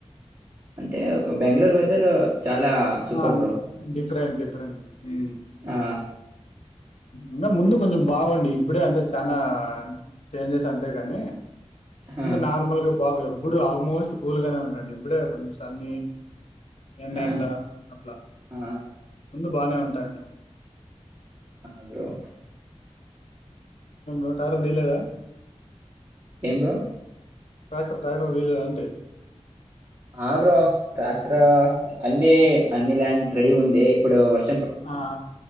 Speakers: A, on the right; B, on the left.
A: అంటే బెంగళూరు వెదర్ చాలా సూపర్
B: ఆ
A: బ్రో
B: డిఫరెంట్ డిఫరెంట్ ఊ
A: ఆ,
B: ఇంగా ముందు కొంచెం బాగుండి, ఇప్పుడే అంతే చానా చేంజెస్ అంతే కానీ. ముందు
A: ఆ,
B: నార్మల్ గా బాగా ఎప్పుడూ ఆల్మోస్ట్ కూల్ గానే ఉంటాండె. ఇప్పుడే కొంచెం సన్నీ ఎన్న
A: ఆ,
B: ఎండ అట్లా
A: ఆ,
B: ముందు బానే ఉంటా అంట
A: ఆ బ్రో
B: ఇ టార డీలేదా
A: ఏం బ్రో
B: ట్రాక్టర్ ట్రాక్టర్ తీయలేదా అంటే
A: ఆ బ్రో ట్రాక్టర్ అన్ని అన్ని ల్యాండ్ రెడీ ఉంది ఇప్పుడు వర్
B: ఆ